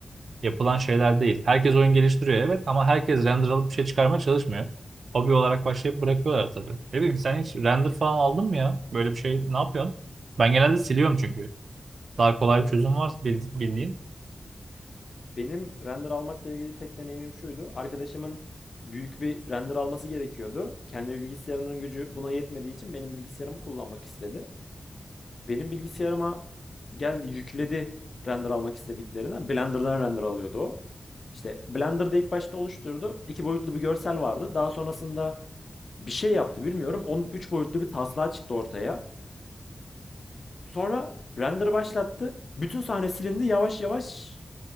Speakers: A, on the right (about 80°); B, on the left (about 55°).
A: yapılan şeyler değil. Herkes oyun geliştiriyor evet ama herkes render alıp bir şey çıkarmaya çalışmıyor. Hobi olarak başlayıp bırakıyorlar tabii. Ne bileyim sen hiç render falan aldın mı ya? Böyle bir şey ne yapıyorsun? Ben genelde siliyorum çünkü. Daha kolay
B: Abi,
A: bir çözüm var bil- bildiğin.
B: benim render almakla ilgili tek deneyimim şuydu. Arkadaşımın büyük bir render alması gerekiyordu. Kendi bilgisayarının gücü buna yetmediği için benim bilgisayarımı kullanmak istedi. Benim bilgisayarıma geldi yükledi render almak istediklerini. Blender'dan render alıyordu o. İşte Blender'da ilk başta oluşturdu. İki boyutlu bir görsel vardı. Daha sonrasında bir şey yaptı bilmiyorum. Onun üç boyutlu bir taslağı çıktı ortaya. Sonra render başlattı. Bütün sahne silindi. Yavaş yavaş